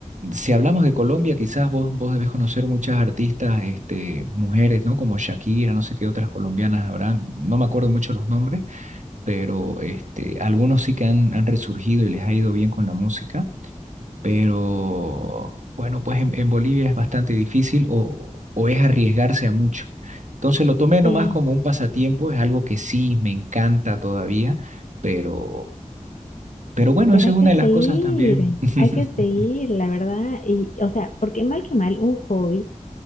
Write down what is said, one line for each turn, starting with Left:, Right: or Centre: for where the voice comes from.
Right: si hablamos de Colombia, quizás vos, vos debes conocer muchas artistas, este, mujeres, ¿no? Como Shakira, no sé qué otras colombianas habrán, no me acuerdo mucho los nombres, pero este, algunos sí que han, han resurgido y les ha ido bien con la música, pero bueno, pues en, en Bolivia es bastante difícil o, o es arriesgarse a mucho. Entonces lo tomé nomás
Left: Sí,
Right: como un pasatiempo, es algo que sí me encanta todavía pero pero bueno,
Left: pero
Right: esa
Left: hay
Right: es una
Left: que
Right: de las
Left: seguir,
Right: cosas también. <laughs>
Left: hay que seguir, la verdad, y, o sea, porque mal que mal, un hobby